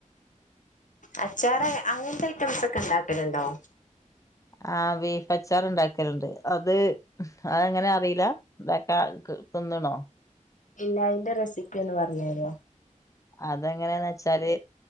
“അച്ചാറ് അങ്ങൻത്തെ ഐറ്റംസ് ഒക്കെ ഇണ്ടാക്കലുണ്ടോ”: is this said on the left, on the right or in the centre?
Left